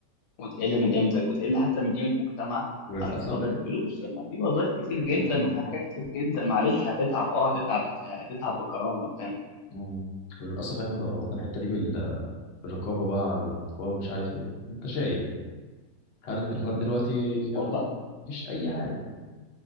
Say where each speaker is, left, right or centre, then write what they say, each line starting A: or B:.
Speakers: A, on the left (about 75°); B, on the left (about 60°).
A: وتقل من قيمتك وتقل حتى من قيمة مجتمعك
B: وللاسف
A: عشان خاطر الفلوس لما في وظائف كتير جدا
B: مم.
A: وفي حاجات كتير جدا معلش هتتعب اه هتتعب بس هتتعب بكرامة فاهم
B: مم. وللاسف يا احمد لو ربطنا الحته دي بال- بالرقابه بقى على الاطفال ومش عارف ايه انت شايف هل التليفونات دلوقتي فيها
A: والله
B: رقابه مفيش اي حاجه